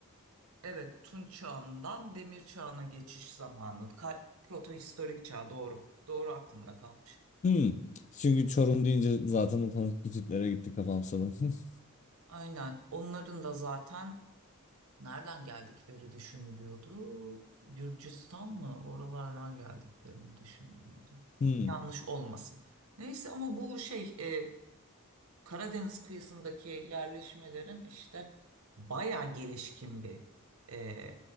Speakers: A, on the right; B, on the left.
A: evet Tunç çağından Demir çağına geçiş zamanı. Ka protohistorik çağ doğru. Doğru aklımda kalmış.
B: Hmm. Çünkü Çorum deyince zaten otomatik Hititlere gitti kafam sanırım. <laughs>
A: Aynen onların da zaten Nereden geldikleri düşünülüyordu. Gürcistan mı? Oralardan geldikleri mi düşünülüyordu.
B: Hmm.
A: Yanlış olmasın. Neyse ama bu şey e, Karadeniz kıyısındaki yerleşmelerin işte bayağı gelişkin bir e,